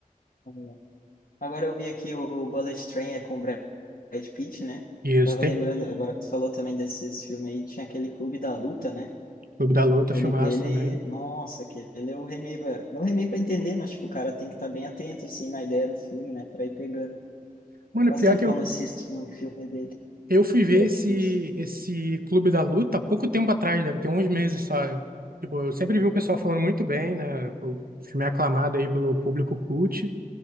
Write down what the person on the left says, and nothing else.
Uhum. Agora eu vi aqui o Bullet Train é com o Brad Pitt, né?
Tava
lembrando, agora que tu falou também desse esse filme aí, tinha aquele Clube da Luta, né?
Aquele
dele,
nossa, aquele eu remei pra, não remei pra entender, mas tipo, o cara tem que estar bem atento, assim, na ideia do filme, né? Pra ir pegando.
Faz
tempo
que
eu não assisto o filme dele,
do
Brad
Pitt.
Hum.